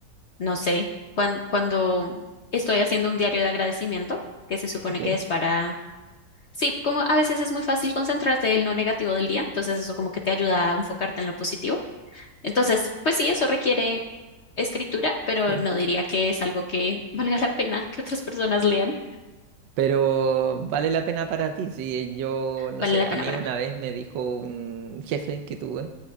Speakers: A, on the left; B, on the right.
A: no sé, cuan- cuando estoy haciendo un diario de agradecimiento, que se supone
B: Ok,
A: que es para... Sí, como a veces es muy fácil concentrarte en lo negativo del día, entonces eso como que te ayuda a enfocarte en lo positivo. Entonces, pues sí, eso requiere escritura, pero
B: sí.
A: no diría que es algo que valga la pena que otras personas lean.
B: Pero vale la pena para ti. Si yo, no
A: Vale
B: sé,
A: la pena
B: a mí
A: para
B: una
A: mí.
B: vez me dijo un jefe que tuve